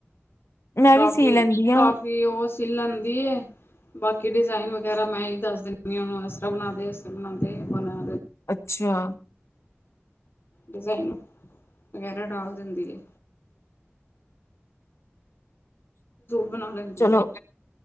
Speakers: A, on the left (about 80°); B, on the left (about 60°).
A: ਮੈਂ
B: ਕਾਫੀ,
A: ਵੀ ਸੀ ਲੈਂਦੀ ਹਾਂ।
B: ਕਾਫੀ ਉਹ ਸਿਲ ਲੈਂਦੀ ਏ ਬਾਕੀ ਡਿਜ਼ਾਇਨ ਵਗੈਰਾ ਮੈਂ ਹੀ ਦੱਸ ਦਿੰਦੀ ਉਹਨੂੰ ਇਸ ਤਰ੍ਹਾਂ ਬਣਾਂਦੇ ਇਸਤਰ੍ਹਾਂ ਬਣਾਂ
A: ਅੱਛਾ।
B: ਡਿਜ਼ਾਇਨ ਵਗੈਰਾ ਡਾਲ ਦਿੰਦੀ ਏ- ਬਣਾ ਲੈਂਦੀ
A: ਚਲੋ
B: ਉਹ।